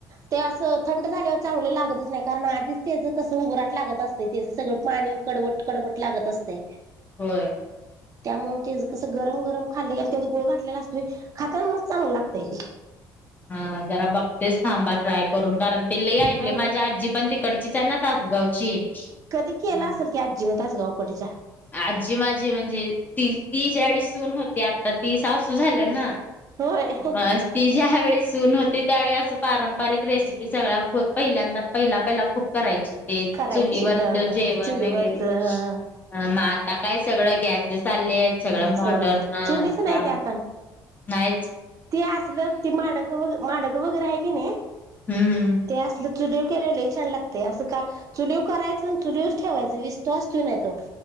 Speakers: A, on the right; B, on the left.
A: ते अस असं थंड झाल्यावर चांगलं लागतच नाही कारण आधीच तेच कसं उगराट लागत असते त्याचं सगळं पाणी कडवट कड लागत असतय.
B: होय.
A: त्यामुळे तेज कस. गरम गरम खाल्ले आणि ते गोळ घाातलेला असतोय खात्याना म चांग लागतय ते.
B: हा जरा बघतेच थांबा ट्राय. करून कारण ते ल ऐकले
A: हा
B: माझ्या आजी पण तिकडचीच आहे ना तासगावची.
A: केलं
B: हम्म.
A: असेल की आजीने तास गावकीच्या.
B: आजी माझी म्हणजे ती ती ज्याळी सून होती आत्ता ती सासू झाल्या ना.
A: होय
B: बस ती ज्या वेळी सून होती. ते त्यावेळी असं पारंपरिक रेसिपी सगळ्या खूप पहिल्यांदा पहिला पहिला खूप करायची. ते
A: करायची
B: चुलीवरच
A: हा हा
B: जेवण
A: चुलीवरच
B: वगैरे
A: हा
B: मग आता काय सगळं गॅस चालले आहेत सगळ
A: असं
B: मॉडर्न
A: होय चुलीच नाही
B: त्या
A: ते आता
B: नाही.
A: ते असल ते माडक माडक वगैरे आहे की नाही.
B: हम्म हम्म.
A: ते असलं चुलीव केलेलं छान लागते असं का चुलीव करायचं चुलीवच ठेवायचं विस्तव असतोय नाही तो.